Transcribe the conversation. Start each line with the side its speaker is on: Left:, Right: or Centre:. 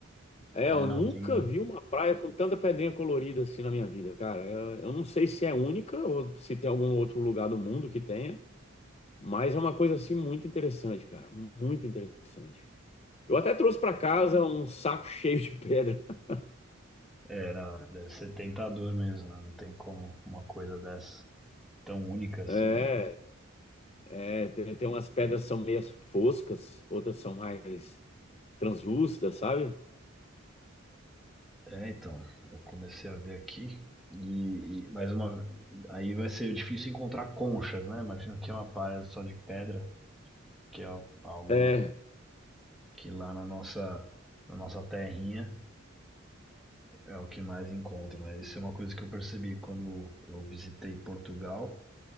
Left: É,
Centre: É,
Left: eu
Centre: não,
Left: nunca
Centre: tem
Left: vi uma praia com tanta pedrinha colorida assim na minha vida, cara. Eu, eu não sei se é única ou se tem algum outro lugar do mundo que tenha, mas é uma coisa assim muito interessante, cara, muito interessante. Eu até trouxe pra casa um saco <laughs> cheio de pedra. <laughs>
Centre: É, não, deve ser tentador mesmo, né? Não tem como uma coisa dessa tão única assim,
Left: É,
Centre: né?
Left: é, tem, tem umas pedras que são meio foscas, outras são mais translúcidas, sabe?
Centre: É, então, eu comecei a ver aqui e, e mais uma, aí vai ser difícil encontrar conchas, né? Imagino que é uma praia só de pedra, que é algo
Left: É,
Centre: que lá na nossa, na nossa terrinha é o que mais encontra, né? Isso é uma coisa que eu percebi quando eu visitei Portugal,